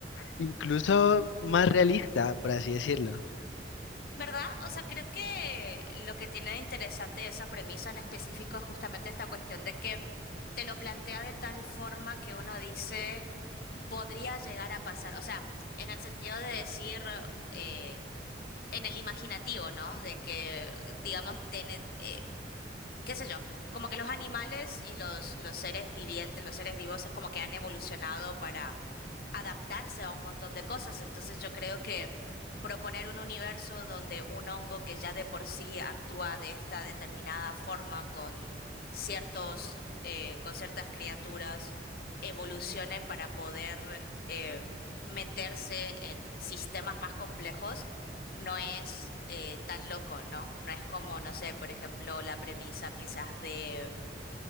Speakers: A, on the left; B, on the left.
A: incluso más realista, por así decirlo.
B: ¿Verdad? O sea, creo que lo que tiene de interesante esa premisa en específico es justamente esta cuestión de que te lo plantea de tal forma que uno dice, podría llegar a pasar. O sea, en el sentido de decir, eh, en el imaginativo, ¿no? De que, digamos, tiene, eh, qué sé yo, como que los animales y los, los seres vivientes, los seres vivos es como que han evolucionado para adaptarse a un montón de cosas. Entonces yo creo que proponer un universo donde un hongo que ya de por sí actúa de esta determinada forma con ciertos, eh, con ciertas criaturas, evolucione para poder eh, meterse en sistemas más complejos, no es eh, tan loco, ¿no? No es como, no sé, por ejemplo, la premisa quizás de... mm,